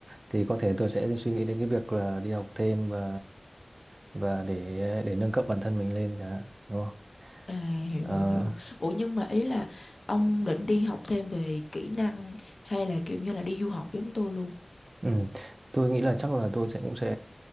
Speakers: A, on the right; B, on the left.
A: thì có thể tôi sẽ suy nghĩ đến cái việc là đi học thêm và và để để nâng cấp bản thân mình lên chẳng hạn đúng không
B: À hiểu
A: Ờ,
B: hiểu hiểu. Ủa nhưng mà ý là ông định đi học thêm về kỹ năng hay là kiểu như là đi du học giống tôi luôn?
A: ừ. tôi nghĩ là chắc là tôi sẽ cũng sẽ